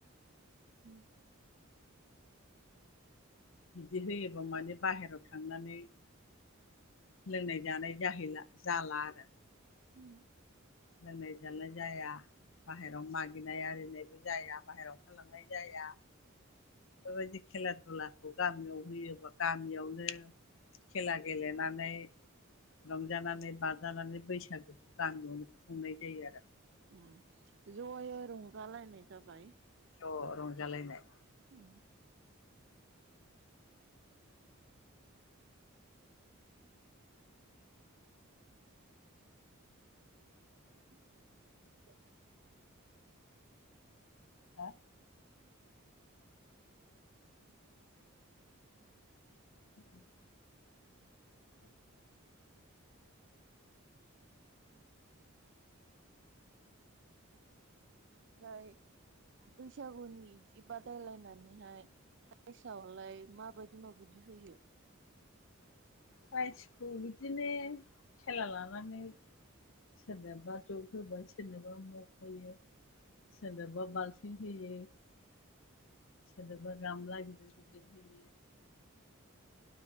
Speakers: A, on the right; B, on the left.
A: उम
B: बिदि होयो गोबां माने बाहेरायाव थांनानै लोंनाय जानाय जाहैला जाला आरो
A: उम
B: लोंनाय जानाय जाया बाहेरायाव मागिनाय आरिनायबो जाया बाहेरायाव ओंखारलांनाय जाया बेफोरबायदि खेला दुलाखौ गामियाव होयोबा गामियावनो खेला गेलेनानै रंजानानै बाजानानै बैसागोखौ गामियावनो संनाय जायो आरो
A: उम जयै रंजालायनाय जाबाय
B: जब रंजालायनाय
A: उम <inaudible>
B: दा <unintelligible> <unintelligible>
A: ओमफ्राय बैसागुनि बिदि बादायलायनानैहाय प्राइजआवलाय माबायदि माबायदि होयो
B: प्राइखौ बिदिनो खेला लानानै सोरनोबा जग होबाय सोरनोबा मग होयो सोरनोबा बाल्थिं होयो सोरनोबा गामला गिदिर गिदिर होयो